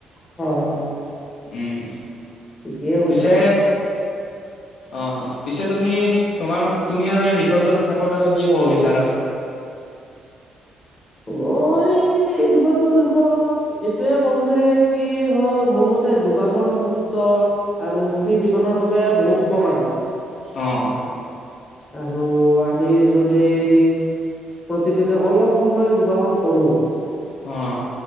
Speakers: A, on the left; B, on the left.
A: হয়, হয়।
B: উম,
A: ঠিকেই কৈছা
B: পিছে
A: তুমি
B: - অ, পিছে তুমি তোমাৰ তুমি আৰু এই বিষয়টোত - কথা আৰু কি ক'ব বিচাৰা?
A: মই এই বিষয়টোৰ ওপৰত - এইটোয়ে ক'ম যে কি হ'ল মোৰ মতে যোগযন সুস্থ - আৰু সুখী জীৱনৰ বাবে বহুত উপকাৰী।
B: অঁ,
A: আৰু আমি যদি - প্ৰতিদিনে অলপ সময় যোগাসন কৰো -
B: অঁ,